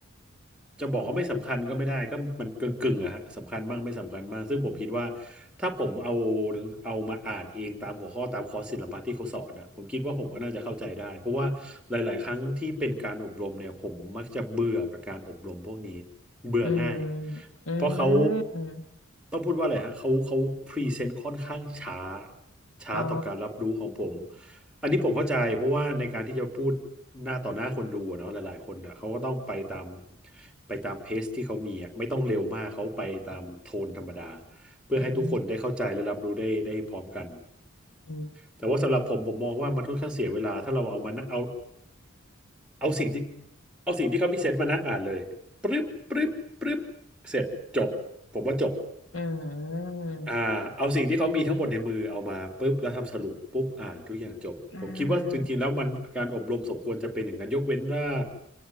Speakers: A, in the centre; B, on the left (about 70°).
A: จะบอกว่าไม่สำคัญก็ไม่ได้ก็มันกึ่งกึ่งอะฮะสำคัญบ้างไม่สำคัญบ้างซึ่งผมคิดว่าถ้าผมเอาเอามาอ่านเองตามหัวข้อตามคอร์สศิลปะที่เขาสอนอะผมคิดว่าผมก็น่าจะเข้าใจได้เพราะว่าหลายๆครั้งที่เป็นการอบรมเนี่ยผมมักจะเบื่อกับการอบรมพวกนี้เบื่อง่าย
B: อืมอื
A: เพราะเขา
B: ม
A: ต้องพูดว่าอะไรฮะเขาเขาพรีเซนต์ค่อนข้างช้า ช้าต่อการรับรู้ของผม
B: อ๋อ
A: อันนี้ผมเข้าใจเพราะว่าในการที่จะพูดหน้าต่อหน้าคนดูอะเนาะหลายๆคนน่ะเขาก็ต้องไปตามไปตามเพจที่เขามีอ่ะไม่ต้องเร็วมากเขาไปตามโทนธรรมดาเพื่อให้ทุกคนได้เข้าใจและรับรู้ได้ได้พร้อมกัน
B: อืมอืม
A: แต่ว่าสำหรับผมผมมองว่ามันค่อนข้างเสียเวลาถ้าเราเอามานั่งเอาเอาสิ่งที่เอาสิ่งที่เขาพิเศษมานั่งอ่านเลยปรึ๊บปรึ๊บปรึ๊บเสร็จจบผมว่าจบ
B: อืม
A: อ่าเอาสิ่งที่เขามีทั้งหมดในมือเอามาปุ๊บแล้วทำสรุปปุ๊บอ่านทุกอย่างจบผมคิดว่าจริงๆแล้วมันการอบรมสมควรจะเป็นอย่างนั้นยกเว้นว่า
B: อ่า